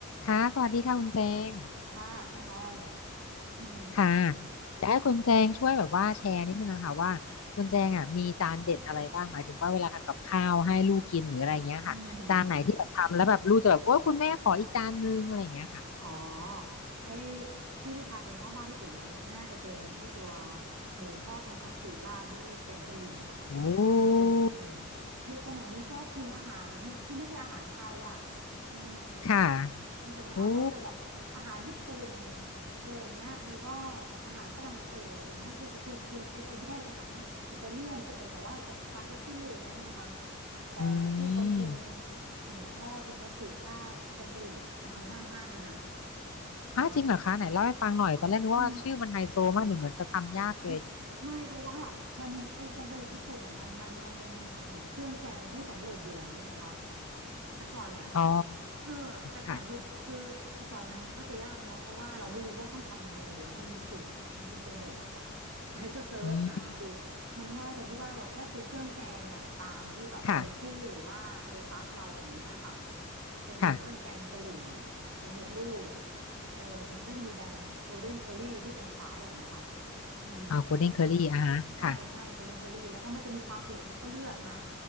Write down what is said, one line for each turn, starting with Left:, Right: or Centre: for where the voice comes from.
Left: ค่ะสวัสดีค่ะคุณแจง
Right: ค่ะคุณออยอืม
Left: ค่ะอยากให้คุณแจงช่วยแบบว่าแชร์นิดนึงอะค่ะว่าคุณแจงอ่ะมีจานเด็ดอะไรบ้างหมายถึงว่าเวลาทำกับข้าวให้ลูกกินหรืออะไรเงี้ยค่ะจานไหนที่แบบทำแล้วแบบลูกจะแบบโอ้คุณแม่ขออีกจานนึงอะไรเงี้ยค่ะ
Right: อืมอ๋อไอ้ที่ลูกชายยังชอบมากที่สุดนะน่าน่าจะเป็นไอ้ตัวหมูทอดทงคัตสึราดด้วยแกงกะหรี่อะค่ะแกงกะหรี่อืม
Left: โอ้ <laughs>
Right: เด็กสมัยนี้ชอบกินอาหารที่ไม่ใช่อาหารไทยอะอืม
Left: ค่ะ
Right: เข้าใจไหมคะเขาจะแบบอาหารญี่ปุ่น
Left: โอ้
Right: อะไรอย่างเงี้ยแล้วก็อาหารฝรั่งเศสอะไรเงี้ยคือคือคือกินไอ้ไอ้ไม่ใช่อาหารอิตาเลียนไอ้แบบว่าสปาเกตตี้อะไรเงี้ยใช่ไหมคะ แต่ที่เขากิน
Left: อืม
Right: หมูทอดทงคัตสึราดแกงกะหรี่มันทำง่ายมากเลยนะคุณออย
Left: ฮะจริงเหรอคะไหนเล่าให้ฟังหน่อยตอนแรกนึกว่าชื่อมันไฮโซมากหนึ่งเหมือนจะทำยากเลย
Right: อืม ไม่ <laughs> ไม่ เพราะว่ามันไอแกงกะหรี่ญี่ปุ่นอ่ะมันมันมันจะมีเหมือนเครื่องแกงที่สำเร็จอยู่แล้วไงคะ แต่ก่อนอ่ะ
Left: อ๋อ
Right: เออแต่ก่อนคือคือแต่ก่อนมันก็จะยากเนาะเพราะว่าเราไม่รู้ว่าต้องทำยังไงเดี๋ยวนี้มันมีสูตรในอินเทอร์เน็ตอะค่ะ
Left: ค่ะ
Right: ฉันก็เซิร์ชหาดู
Left: อืม
Right: มันง่ายตรงที่ว่าเราแค่ซื้อเครื่องแกงอ่ะตามที่แบบดองกี้หรือว่าโลตัสเราอย่างเงี้ยค่ะ
Left: ค่ะ
Right: เป็นเครื่องแกงกะหรี่
Left: ค่ะ
Right: สำเร็จรูปเออมันก็จะมีแบรนด์โกลเด้นเคอรี่ที่จังใช้อ่ะนะคะ อืม
Left: อ่าโกลเด้นเคอรี่อ่าฮะค่ะ
Right: ใช่ใช่โคเดนเคอรี่แล้วก็มันจะมีความเผ็ดแล้วก็เลือกมา